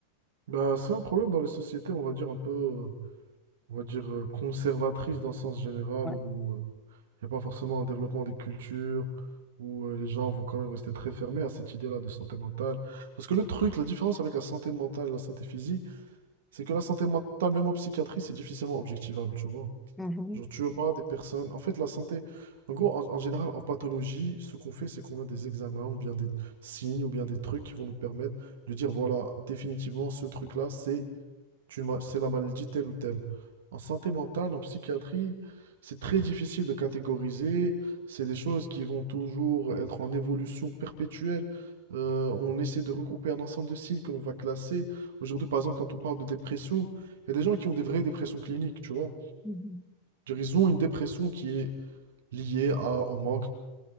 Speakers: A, on the right; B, in the centre.
A: Bah, c'est un problème dans les sociétés, on va dire un peu, euh, on va dire euh, conservatrices dans le sens général,
B: Ouais.
A: où euh, il n'y a pas forcément un développement des cultures, où euh, les gens vont quand même rester très fermés à cette idée-là de santé mentale. Parce que le truc, la différence avec la santé mentale et la santé physique, c'est que la santé mentale, même en psychiatrie, c'est difficilement objectivable, tu vois.
B: Mhm.
A: Genre, tu auras des personnes. En fait, la santé, en gros, en, en général, en pathologie, ce qu'on fait, c'est qu'on a des examens ou bien des signes ou bien des trucs qui vont nous permettre de dire, voilà, définitivement, ce truc-là, c'est tu m'as- c'est la maladie telle ou telle. En santé mentale, en psychiatrie, c'est très difficile de catégoriser. C'est des choses qui vont toujours être en évolution perpétuelle. Euh, on essaie de regrouper un ensemble de signes que l'on va classer. Aujourd'hui, par exemple, quand on parle de dépression, il y a des gens qui ont des vraies dépressions cliniques, tu vois.
B: Mhm.
A: Je veux dire, Ils ont une dépression qui est liée à, au manque